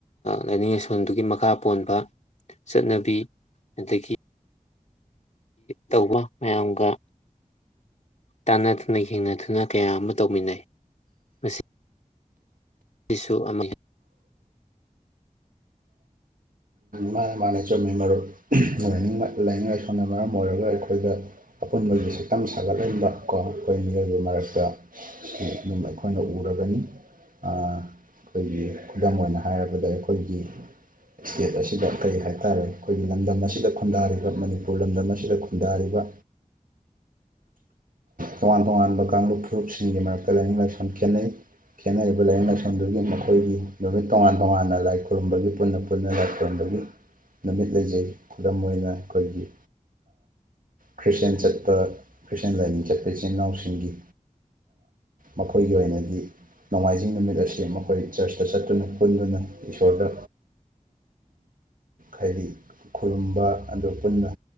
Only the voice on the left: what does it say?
ꯂꯥꯏꯅꯤꯡ ꯂꯥꯏꯁꯣꯟꯗꯨꯒꯤ ꯃꯈꯥ ꯄꯣꯟꯕ ꯆꯠꯅꯕꯤ ꯑꯗꯒꯤ ꯇꯧꯕ ꯃꯌꯥꯝꯒ ꯇꯥꯟꯅꯗꯨꯅ ꯌꯦꯡꯅꯗꯨꯅ ꯀꯌꯥ ꯑꯃ ꯇꯧꯃꯤꯟꯅꯩ ꯃꯁꯤ ꯁꯤꯁꯨ ꯑꯃꯅꯤ